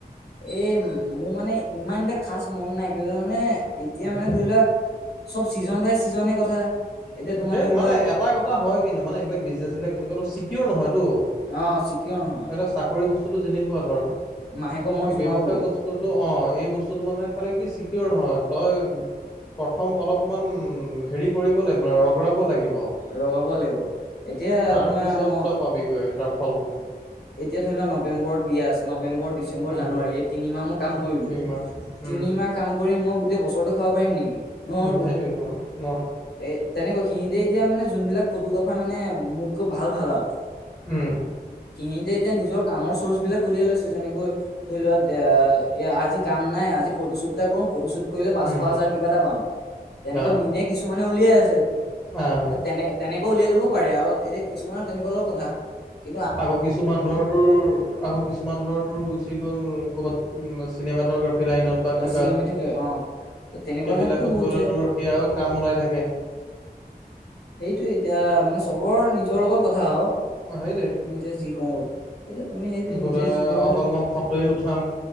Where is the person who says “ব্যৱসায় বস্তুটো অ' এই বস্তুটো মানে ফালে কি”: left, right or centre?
Left